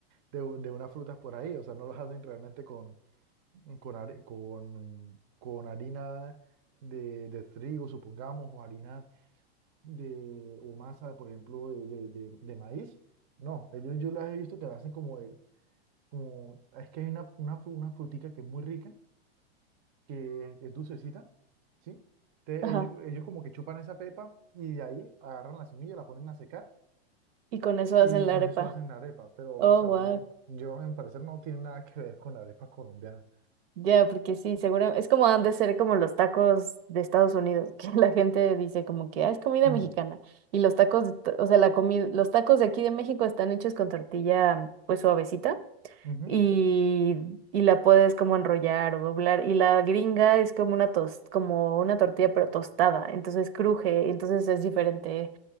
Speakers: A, on the right; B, on the right.
A: de, u- de unas frutas por ahí, o sea, no las hacen realmente con, con, hari- con, con harina de, de trigo, supongamos, o harina de, o masa, por ejemplo, de, de, de- de maíz. No, ellos yo las he visto que la hacen como, de- como es que hay una, una, fru- una frutica que es muy rica, que es dulcecita, ¿sí? Te-
B: Ajá.
A: ellos, ellos como que chupan esa pepa y de ahí agarran la semilla, la ponen a secar
B: Y con eso
A: y
B: hacen
A: con
B: la arepa.
A: eso hacen la arepa. Pero, o
B: Oh,
A: sea,
B: wow.
A: yo a mi parecer no tiene nada que ver con la arepa colombiana.
B: Ya, porque sí, seguro Es como han de ser como los tacos de Estados Unidos, <laughs> que la gente dice como que, ah, es comida
A: <clears throat>
B: mexicana. Y los tacos, de t- o sea, la comida, los tacos de aquí de México están hechos con tortilla, pues suavecita,
A: Ujú.
B: y, y la puedes como enrollar o doblar. Y la gringa es como una tos, como una tortilla, pero tostada, entonces cruje, entonces es diferente